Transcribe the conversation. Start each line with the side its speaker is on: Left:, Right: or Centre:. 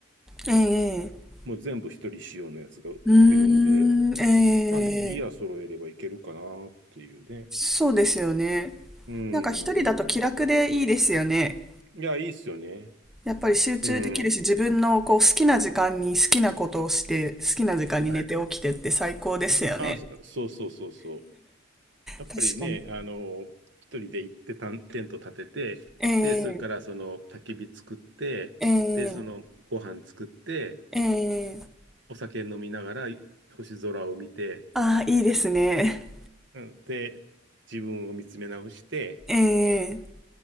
Centre: ええ
Right: もう全部一人仕様のやつが売ってるんで、
Centre: うーん、ええ
Right: まあギ、ギア揃えればいけるかなっていうね。
Centre: そうですよね。
Right: うん。
Centre: なんか一人だと気楽でいいですよね。
Right: いや、いいっすよね。
Centre: やっぱり集中できるし、
Right: うん。
Centre: 自分のこう好きな時間に好きなことをして、好きな時間に寝て起きてって最高ですよね。
Right: はい。あ、そそうそうそうそう。やっぱりね、
Centre: 確かに。
Right: あの、一人で行ってたんテント立てて、
Centre: ええ
Right: で、それからその焚き火作って、
Centre: ええ
Right: で、そのご飯作って、
Centre: ええ
Right: お、お酒飲みながら星空を見て、
Centre: ああー、いいですね。
Right: うん、で、自分を見つめ直して、
Centre: ええ、